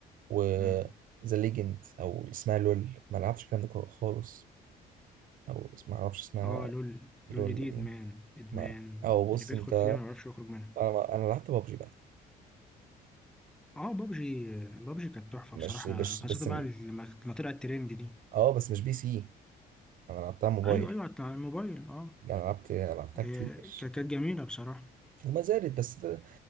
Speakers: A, on the right; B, in the centre.
A: وذا
B: مم.
A: ليجند او اللي اسمها لول ما لعبش الكلام ده خالص او ما اعرفش اسمها
B: اه لول
A: لول
B: لول دي
A: دي
B: ادمان ادمان
A: ما او
B: اللي
A: بص
B: بيدخل
A: انت
B: فيها ما يعرفش يخرج منها
A: انا انا لعبت بابجي بقى
B: اه بابجي بابجي كانت تحفه
A: مش
B: بصراحه
A: مش
B: خاصه
A: بس
B: بقى لما لما طلعت ترند دي
A: اه بس مش بي سي انا لعبتها موبايل
B: ايوه ايوه على الموبايل اه
A: يعني لعبت لعبتها
B: إيه،
A: كتير
B: ك- كانت جميله بصراحه
A: وما زالت بس ده